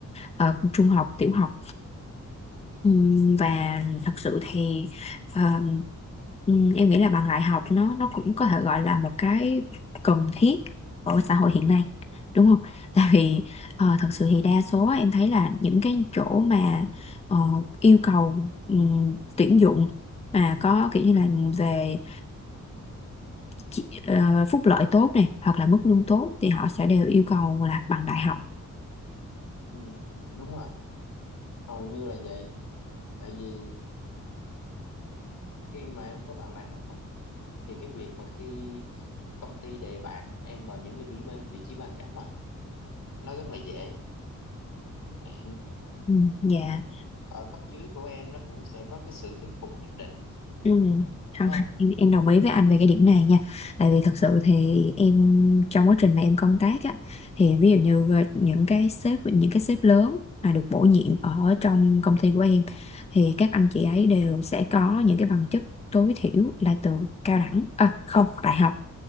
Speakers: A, on the left; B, on the left.
A: ờ, trung học tiểu học Ừm, và thật sự thì ờ, ừm, em nghĩ là bằng đại học nó nó cũng có thể gọi là một cái cần thiết ở xã hội hiện nay đúng không? <laughs> Tại vì ờ, thật sự thì đa số á, em thấy là những cái chỗ mà ờ, yêu cầu ừm, tuyển dụng mà có kiểu như là về chi- ờ, phúc lợi tốt này hoặc là mức lương tốt thì họ sẽ đều yêu cầu là bằng đại học.
B: ừ, đúng rồi hầu như là vậy tại vì khi mà em có bằng đại học á thì cái việc mà khi công ty đề bạt em vào những cái vị vị trí quan trọng á nó rất là dễ Ừ.
A: Ừ, Dạ.
B: ở cấp dưới của em nó cũng sẽ có cái sự thuyết phục nhất định
A: Ừ. Không,
B: đúng không
A: em, em đồng ý với anh về cái điểm này nha tại vì thật sự thì em trong quá trình mà em công tác á thì ví dụ như về những cái sếp những cái sếp lớn mà được bổ nhiệm ở trong công ty của em thì các anh chị ấy đều sẽ có những cái bằng chức tối thiểu là từ cao đẳng à, không đại học